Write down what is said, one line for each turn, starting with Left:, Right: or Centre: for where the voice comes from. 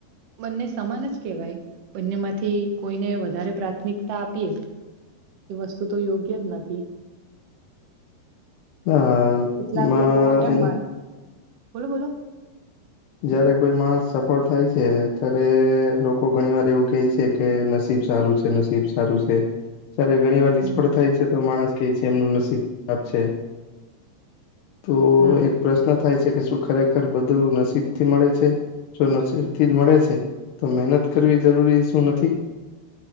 Right: બંને સમાન જ કેહેવાય બંને માંથી કોઈને વધારે પ્રાથમિકતા આપીએ. એ વસ્તુ તો યોગ્ય જ નથી.
Left: હા
Right: કેટલાક
Left: માં
Right: લોકો એમમાં
Left: એનું
Right: બોલો બોલો.
Left: જયારે કોઈ માણસ સફળ થાય છે ત્યારે લોકો ઘણી વાર એવું કેહે છે કે નસીબ સારું છે. નસીબ સારું છે. ત્યારે ઘણી વાર નિષ્ફળ
Right: હમ
Left: થાય છે તો માણસ કે છે એમનું નસીબ આપ છે. તો
Right: હમ
Left: એક પ્રશ્ન થાય છે કે શું ખરેખર બધું નસીબ. થી મળે છે જો નથી જ મળે છે તો મહેનત કરવી જરૂરી શું નથી.